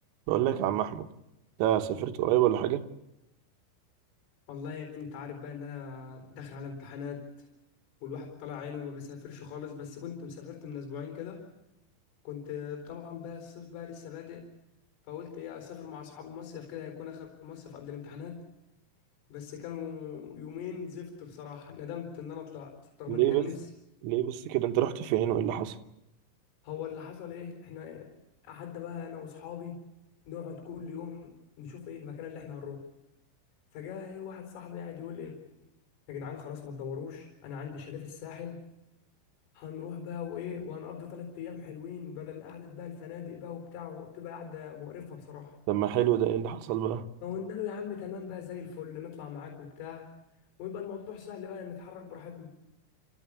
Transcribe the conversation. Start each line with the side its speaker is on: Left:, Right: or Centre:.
Right: بقول لك يا عم احمد انت سافرت قريب ولا حاجه
Left: والله انت عارف بقى ان انا داخل على امتحانات والواحد طلع عينه وما بيسافرش خالص بس كنت مسافرت من اسبوعين كده كنت طبعا بقى الصيف بقى لسه بادئ فقلت ايه اسافر مع اصحاب المصيف كده هيكون اخر مصيف قبل الامتحانات بس كانوا يومين زفت بصراحة ندمت ان انا طلعت رغم
Right: ليه
Left: ان كان
Right: بس
Left: نفسي
Right: ليه بس كده انت رحت فين وايه اللي حصل
Left: هو اللي حصل ايه احنا قعدنا بقى انا واصحابي نقعد كل يوم نشوف ايه المكان اللي احنا هنروحه فجاء ايه واحد صاحبي قاعد يقول ايه يا جدعان خلاص ما تدوروش انا عندي شاليه في الساحل هنروح بقى وايه وهنقضي ثلاث ايام حلوين بدل قعده بقى الفنادق بقى وبتاع وبتبقى قعده مقرفه بصراحه
Right: طب ما حلو ده ايه اللي حصل بقى
Left: فقلنا له يا عم تمام بقى زي الفل نطلع معاك وبتاع ويبقى الموضوع سهل بقى نتحرك براحتنا